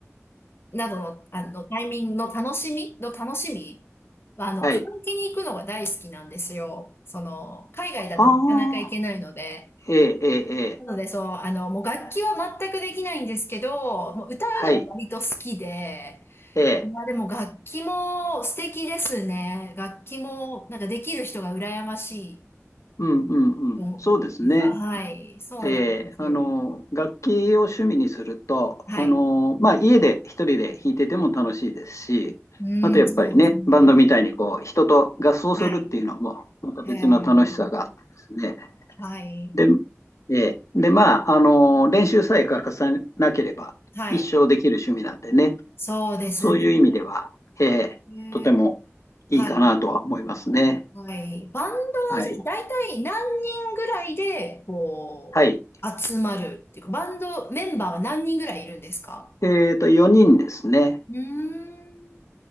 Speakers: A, on the left (about 50°); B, on the left (about 80°).
A: などの、あの、タイミングの楽しみの楽しみは、あの、
B: はい。
A: カラオケに行くのが大好きなんですよ。その、海外だとなかなか行けないので。
B: ああ、ええええええ
A: なので、そう、あの、もう楽器は全くできないんですけど、もう歌うのは割と好きで、
B: はい、ええ
A: まあでも楽器も素敵ですね。楽器もなんかできる人が羨ましい
B: うんうんうん、
A: と思ってますか。
B: そうですね。
A: はい、そうなんですよ。
B: で、あの、楽器を趣味にすると、
A: はい。
B: あの、まあ、家で一人で弾いてても楽しいですし、
A: うん、
B: あとやっぱりね、
A: そうですね。
B: バンドみたいにこう、人と合奏するっていうのも、
A: はい。
B: また別の楽しさがあってですね。
A: へえ、はい。
B: で、えーで、まあ、あの、練習さえ欠かさなければ、
A: はい。
B: 一生できる趣味なんでね、
A: そうですね。
B: そういう意味では、えーとてもいいかなとは思いますね。
A: へえはい。はい。バンドは
B: はい。
A: じゃあ大体何人ぐらいで、こう、
B: はい。
A: 集まるっていうか、バンドメンバーは何人ぐらいいるんですか
B: えっと、4人ですね。
A: うーん。